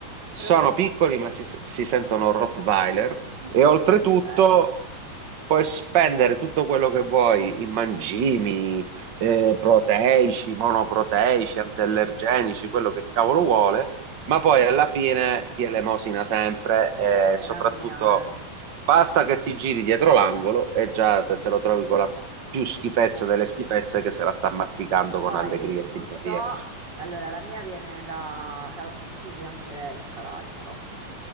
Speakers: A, on the right; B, on the right.
A: Sono
B: Tremendi.
A: piccoli, ma si, si sentono Rottweiler
B: Sì,
A: e
B: sì,
A: oltretutto
B: ma sono belli.
A: puoi spendere tutto quello che vuoi in mangimi, eh, proteici, monoproteici, antiallergenici, quello che cavolo vuole, ma poi alla fine ti elemosina sempre e
B: E anche
A: soprattutto
B: la mia, eh.
A: basta che ti giri dietro l'angolo e già te, te lo trovi con la più schifezza delle schifezze che se la sta masticando
B: Che poi
A: con allegria e simpatia.
B: non so, allora la mia viene da- dalla Sicilia anche lei, tra l'altro.